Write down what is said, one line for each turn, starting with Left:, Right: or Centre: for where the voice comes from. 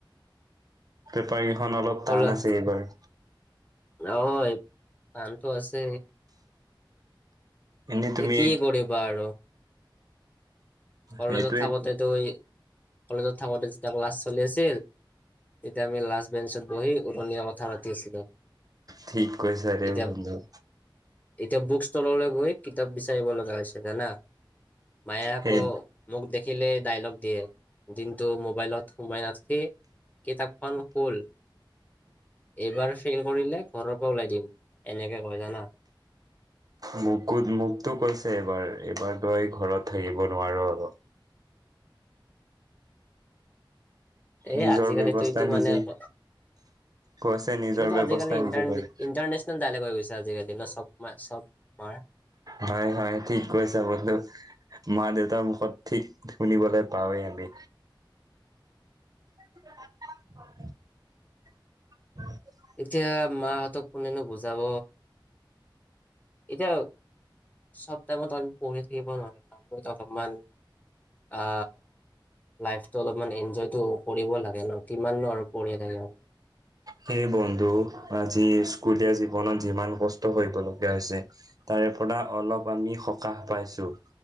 Right: পেপাৰ কেইখন অলপ
Left: কলে
Right: টান আছে এইবাৰ।
Left: অ এই পানটো আছে।
Right: এনেই তুমি
Left: এ কিয়ে কৰিবা আৰু। কলেজত
Right: সেইটোৱে
Left: থাকোতেতো এ কলেজত থাকোতে যেতিয়া ক্লাছ চলি আছিল। এতিয়া আমি লাষ্ট বেঞ্চত বহি উৰণীয়া কথা পাতি আছিলো।
Right: ঠিক কৈছা ৰে
Left: এতিয়া
Right: বন্ধু।
Left: এতিয়া বুক ষ্টললৈ গৈ কিতাপ বিচাৰিব লগা হৈছে জানা মায়ে আকৌ।
Right: সেই
Left: মোক দেখিলে ডাইলগ দিয়ে দিনটো মোবাইলত সোমাই নাথাকি। কিতাপখন হ'ল। এইবাৰ ফেইল কৰিলে ঘৰৰ পৰা ওলাই দিম এনেকে কয় জানা।
Right: মোকো মোকতো কৈছে এইবাৰ এইবাৰ তই ঘৰত থাকিব নোৱাৰো আৰু।
Left: এই
Right: নিজৰ
Left: আজিকালিতো
Right: ব্যৱস্থা
Left: এইটো
Right: নিজেই
Left: মানে আক
Right: কৈছে নিজৰ
Left: এইটোতো
Right: ব্যৱস্থা
Left: আজিকালি ইণ্টাৰনেটে।
Right: নিজে কৰে
Left: ইণ্টাৰনেশ্যনেল ডাইলেগ হৈ গৈছে আজিকালি চব ম চব মা।
Right: হয় হয় ঠিক কৈছা বন্ধু। মা- দেউতাৰ মুখত ঠিক শুনিবলৈ পাৱেই আমি। <unintelligible> উম।
Left: এতিয়া মাহঁতক কোনেনো বুজাব এতিয়া। সবটাইমত আমি পঢ়ি থাকিব নোৱাৰ আমি ত অলপমান। আ লাইফটো অলপমান ইনজয়টো। পঢ়িব লাগে ন কিমান নো পঢ়িয়ে থাকে আ।
Right: সেই বন্ধু আজি স্কুলীয়া জীৱনত যিমান কষ্ট কৰিব লগীয়া হৈছে। তাৰে পৰা অলপ আমি সকাহ পাইছোঁ।